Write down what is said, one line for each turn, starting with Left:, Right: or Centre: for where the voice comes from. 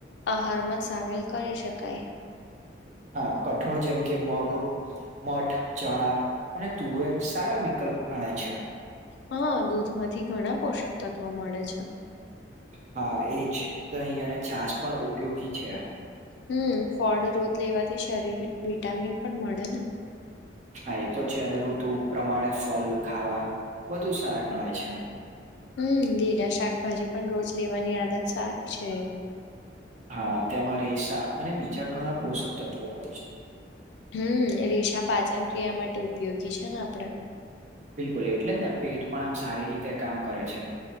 Left: આહારમાં સામેલ કરી શકાય.
Right: હા કઠોળ જેમ કે મગ, મઠ, ચણા અને તુવેર સારા વિકલ્પ ગણાય છે
Left: હા દૂધમાંથી ઘણા પોષક તત્વો મડે છે.
Right: હા એજ દહીં અને છાસ પણ ઉપયોગી છે.
Left: હમ્મ ફળ રોજ લેવાથી શરીર ને વિટામિન પણ મડે ને.
Right: હા એ તો છે અને ઋતુ પ્રમાણે ફલ ખાવા વધુ સારા ગણાય છે
Left: હમ્મ લીલા શાકભાજી પણ રોજ લેવાની આદત સારી છે
Right: હા તેમાં રેસા અને બીજા ઘણા પોષક તત્વો હોય છે.
Left: હમ્મ એ રેશા પાચન ક્રિયા માટે ઉપયોગી છે ને આપડે
Right: બિલકુલ એટલે જ ને પેટ પણ આમ સારી રીતે કામ કરે છે